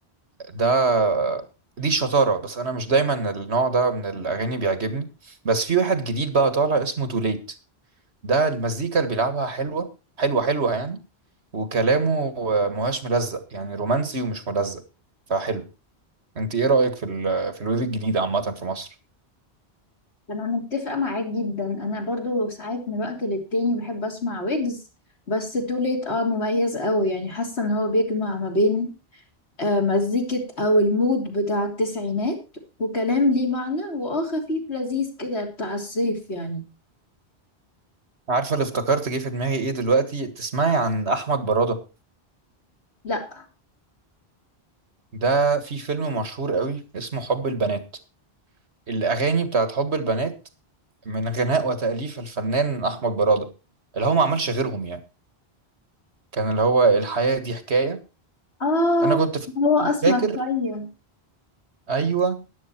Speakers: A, on the right; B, on the left.
A: ده دي شطارة بس أنا مش دايما النوع ده من الأغاني بيعجبني بس في واحد جديد بقى طالع اسمه توليت ده المزيكا اللي بيلعبها حلوة حلوة حلوة يعني وكلامه مهاش ملزق يعني رومانسي ومش ملزق فحلو انت ايه رأيك في ال في الويف الجديد عامة في مصر
B: انا متفقة معاك جدا انا برضو ساعات من وقت للتاني بحب اسمع ويجز بس توليت اه مميز قوي يعني حاسة ان هو بيجمع ما بين آه مزيكة او المود بتاع التسعينات وكلام ليه معنى واه خفيف لذيذ كده بتاع الصيف يعني
A: عارفة اللي افتكرت جه في دماغي ايه دلوقتي تسمعي عن احمد برادة
B: لا
A: ده في فيلم مشهور قوي اسمه حب البنات الاغاني بتاعت حب البنات من غناء وتأليف الفنان احمد برادة اللي هو ما عملش غيرهم يعني كان اللي هو الحياة دي حكاية
B: اه
A: انا كنت فا-
B: هو اسمر
A: فاكر
B: شوية
A: ايوه